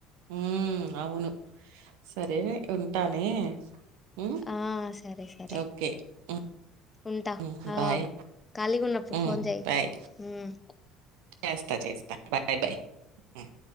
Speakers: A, on the right; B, on the left.
A: ఉమ్ ఔను సరే ఉంటానే హ్మ్
B: ఆ సరే సరే
A: ఓకే మ్
B: ఉంటా
A: ఉహ్
B: ఆ
A: బాయ్
B: ఖాళీగా ఉన్నప్పుడు
A: హ్మ్
B: ఫోన్ చేయి
A: బాయ్
B: ఉమ్
A: ఏస్త చేస్త బాయ్ బయ్ మ్